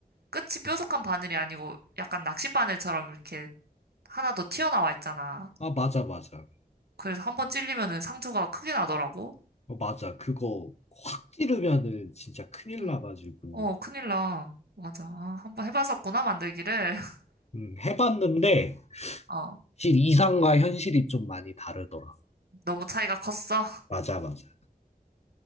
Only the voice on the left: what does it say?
아, 맞아, 맞아.
어, 맞아. 그거 확 찌르면은 진짜 큰일
나가지고,
음, 해봤는데,
실 이상과 현실이 좀 많이 다르더라.
맞아, 맞아.